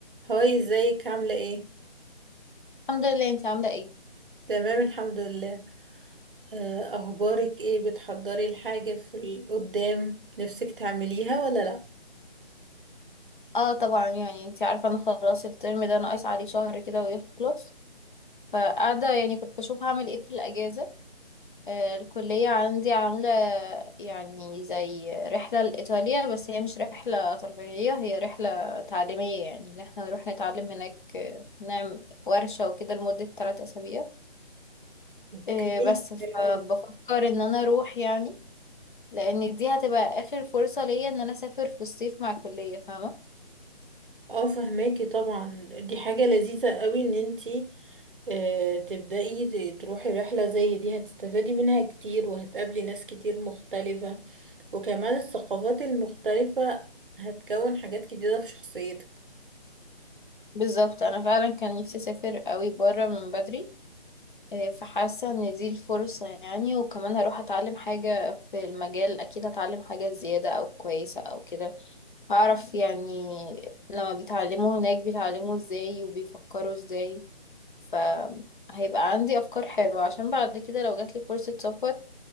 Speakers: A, on the right; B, on the left.
A: هاي ازيك عاملة ايه؟
B: الحمد لله انت عاملة ايه
A: تمام الحمد لله آه، اخبارك ايه بتحضري الحاجة في ال- قدام نفسك تعمليها ولا لا؟
B: اه طبعا يعني انت عارفة انا خلاص الترم ده ناقص عليه شهر كده ويخلص فقاعدة يعني كنت بشوف هعمل ايه في الأجازة آه الكلية عندي عاملة يعني زي رحلة لإيطاليا بس هي مش رحلة ترفيهية هي رحلة تعليمية يعني ان احنا نروح نتعلم هناك آه، نعمل ورشة وكده لمدة ثلاثة أسابيع
A: اوكي
B: آه بس فبفكر
A: حلو أوي.
B: ان انا اروح يعني لان دي هتبقى اخر فرصة ليا ان انا اسافر في الصيف مع الكلية فاهمة
A: اه فهماكي طبعا دي حاجة لذيذة قوي ان انتي آه، تبدأي ت- تروحي رحلة زي دي هتستفادي منها كتير وهتقابلي ناس كتير مختلفة وكمان الثقافات المختلفة هتكون حاجات جديدة في شخصيتك
B: بالظبط انا فعلا كان نفسي اسافر قوي بره من بدري آه، فحاسه ان دي الفرصه يعني وكمان هروح اتعلم حاجه في المجال اكيد هتعلم حاجه زياده او كويسه او كده هعرف يعني لما بيتعلموا هناك بيتعلموا ازاي وبيفكروا ازاي فهيبقى عندي افكار حلوه عشان بعد كده لو جاتلي فرصه سفر